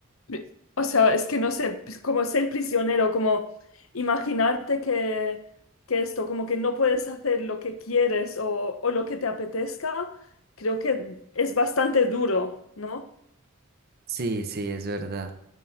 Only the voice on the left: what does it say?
pri- O sea, es que no sé, pues, como ser prisionero, como imaginarte que, que esto, como que no puedes hacer lo que quieres o, o lo que te apetezca, creo que es bastante duro, ¿no?